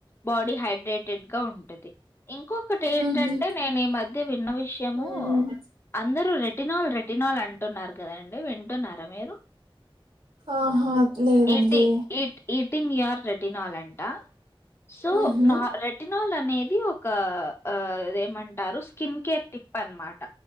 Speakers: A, on the left (about 25°); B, on the right (about 75°).
A: బాడీ హైడ్రేటెడ్ గా ఉంటుది ఇంకొకటి ఏంటంటే
B: ఊహూ
A: నేను ఈ మధ్య విన్న విషయము
B: హ్మ్
A: అందరూ రె ెటిల్ రెటినాల్ అంటున్నారు కదాండి వింటున్నారా మీరుటింగ్
B: ఆహా లేదండి
A: తినాలండి సో
B: ఊహూ
A: నా రెటినాల్ అనేది ఒకద ఏమంటారు స్కిన్ కేర్ టిప్ అనమాట